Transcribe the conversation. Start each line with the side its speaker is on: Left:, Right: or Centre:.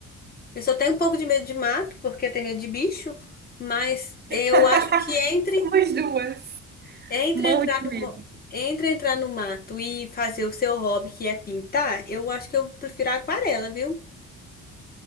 Left: Eu só tenho um pouco de medo de mato, porque eu tenho medo de bicho, mas eu
Right: <laughs>
Left: acho que entre,
Right: Somos duas.
Left: entre
Right: Morro
Left: entrar
Right: de
Left: no,
Right: medo.
Left: mo- entre entrar no mato e fazer o seu hobby, que é pintar, eu acho que eu prefiro a aquarela, viu?